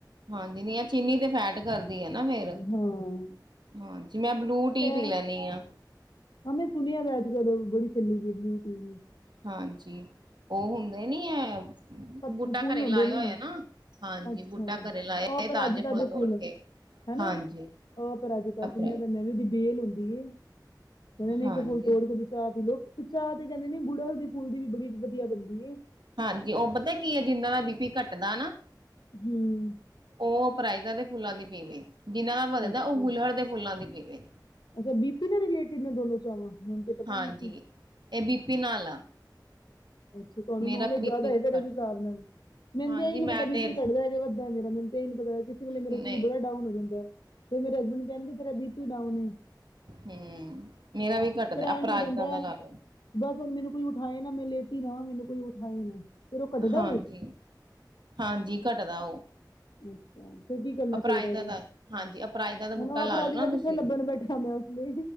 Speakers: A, on the right; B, on the left.
A: ਹਾਂਜੀ ਨੀ ਇਹ ਚੀਨੀ ਤੇ ਫੈਟ ਕਰਦੀ ਆ ਨਾ ਫਿਰ
B: ਹਾਂ
A: ਹਾਂਜੀ, ਮੈਂ ਬਲੂ ਟੀ
B: ਤੇ
A: ਪੀ ਲੈਂਣੀ ਆਂ।
B: ਹਾਂ ਮੈਂ ਸੁਣਿਆ ਦਾ ਅੱਜ-ਕੱਲ, ਬੜੀ ਚਲੀ ਦੀ ਏ ਬਲੂ ਟੀ ਵੀ।
A: ਹਾਂਜੀ, ਉਹ ਹੁੰਦੇ ਨੀ ਐ
B: ਪਤ-
A: ਬੂਟਾ
B: ਫੁੱਲ
A: ਘਰੇ
B: ਹੁੰਦੇ
A: ਲਾਇਆ
B: ਨੇ
A: ਹੋਇਆ ਨਾ, ਹਾਂਜੀ
B: ਅੱਛਾ
A: ਬੂਟਾ ਘਰੇ ਲਾਇਆ
B: ਅਪਰਾਜਿਤਾ
A: ਹੋਏ ਤਾਂਜ ਫੁੱਲ
B: ਦੇ
A: ਤੋੜ ਕੇ।
B: ਹਨਾ
A: ਹਾਂਜੀ
B: ਅਪਰਾਜਿਤਾ
A: ਅਪ
B: ਸੁਣਿਆ ਦਾ ਮੈਂ ਉਹਦੀ ਬੇਲ ਹੁੰਦੀ ਏ, ਉਹਨਾਂ ਨੇ
A: ਹਾਂਜੀ
B: ਇੱਕ ਫੁੱਲ ਤੋੜ ਕੇ <unintelligible> ਚਾਹ ਪੀਲਓ, ਚਾਹ ਤੇ ਕਹਿੰਦੇ ਨੇ ਗੁੜ ਹਲ ਦੇ ਫੁਲ ਦੀ ਵੀ ਬੜੀ ਵਧੀਆ ਬਣਦੀ ਏ।
A: ਹਾਂਜੀ ਉਹ ਪਤਾ ਕੀ ਐ ਜਿੰਨਾਂ ਦਾ ਬੀ ਪੀ ਘੱਟਦਾ ਨਾ
B: ਹਂ
A: ਉਹ ਅਪਰਾਈਜ਼ਾਂ ਦੇ ਫੁੱਲਾਂ ਦੀ ਪੀਵੇ, ਜਿਹਨਾਂ ਦਾ ਵਧਦਾ
B: ਅੱਛਾ।
A: ਉਹ ਗੁਲਹੜ ਦੇ ਫੁੱਲਾਂ ਦੀ ਪੀਵੇ।
B: ਅੱਛਾ ਬੀ ਪੀ ਨਾਲ ਰਿਲੇਟਿਡ ਨੇ ਦੋਨੋਂ ਚਾਵਾਂ ਤੇ ਪਤਾ
A: ਹਾਂਜੀ,
B: ਨੀ ਸੀ।
A: ਇਹ ਬੀ ਪੀ ਨਾਲ ਆ।
B: ਅੱਛਾ ਤੁਹਾਨੂੰ
A: ਮੇਰਾ
B: ਨੌਲੇਜ
A: ਬੀ
B: ਜ਼ਿਆਦਾ
A: ਪੀ
B: ਐ ਫੇਰ
A: ਘੱਟਦਾ
B: ਇਸ ਹਿਸਾਬ ਨਾਲ। ਮੈਨੂੰ
A: ਹਾਂਜੀ
B: ਇਹ ਨੀ
A: ਮੈਂ
B: ਪਤਾ ਬੀਪੀ
A: ਤੇ
B: ਘਟਦਾ ਹੈਗਾ ਵੱਧਦਾ ਮੇਰਾ ਮੈਨੂੰ ਇਹ ਨੀ ਪਤਾ ਕਿਸੇ ਮੇਰਾ
A: ਨਹੀਂ
B: ਸਰੀਰ ਬੜਾ ਡਾਊਨ ਹੋ ਜਾਂਦਾ ਐ। ਫਿਰ ਮੇਰੇ ਹਸਬੈਂਡ ਕਹਿਣਗੇ ਤੇਰਾ ਬੀ ਪੀ ਡਾਊਨਏ।
A: ਹਂ, ਮੇਰਾ ਵੀ ਘੱਟਦਾ ਅਪਰਾਜਤਾ
B: ਇੰਝ ਹੋ ਜਾਂਦਾ
A: ਦਾ
B: ਹੈ।
A: ਲੈ ਲੋ।
B: ਬਸ ਹੁਣ ਮੈਨੂੰ ਕੋਈ ਉਠਾਏ ਨਾ ਮੈਂ ਲੇਟੀ ਥਾਂ, ਮੈਨੂੰ ਕੋਈ ਉਠਾਏ ਨਾ। ਫੇਰ ਉਹ ਘੱਟਦਾ
A: ਹਾਂਜੀ
B: ਏ।
A: ਹਾਂਜੀ ਘਟਦਾ ਉਹ
B: ਅੱਛਾ ਫਿਰ ਕੀ ਕਰਨਾ
A: ਅਪਰਾਜਤਾ
B: ਚਾਹੀਦਾ ਉਹਦਦਾ
A: ਦਾ ਹਾਂਜੀ ਅਪਰਾਜਤਾ ਦਾ ਬੂਟਾ
B: ਹੁਣ ਆਪ
A: ਲਾ
B: ਰਾਜੇ
A: ਲਓ ਨਾ
B: ਦਾ
A: ਤੁਸੀਂ
B: ਕਿ ਫਿਰ ਲੱਭਣ ਬੈਠਾ ਮੈਂ ਉਸ ਲਈ